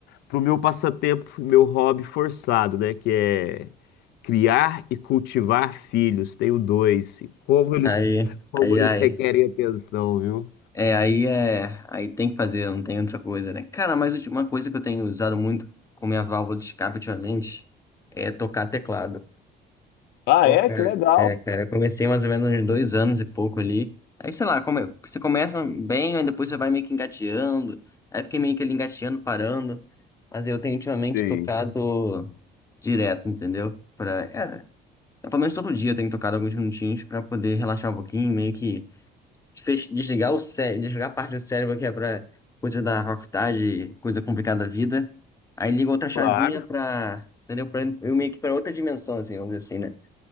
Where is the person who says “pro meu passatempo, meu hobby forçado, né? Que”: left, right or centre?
Left